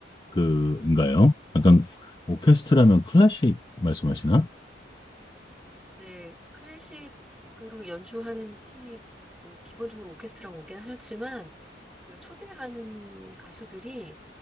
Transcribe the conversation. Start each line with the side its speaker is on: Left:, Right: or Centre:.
Left: 그인가요? 약간
Centre: 네,
Left: 오케스트라면 클래식
Centre: 음.
Left: 말씀하시나?
Centre: 네, 클래식으로 연주하는 팀이 음, 기본적으로 오케스트라가 오긴 하셨지만 그 초대하는 가수들이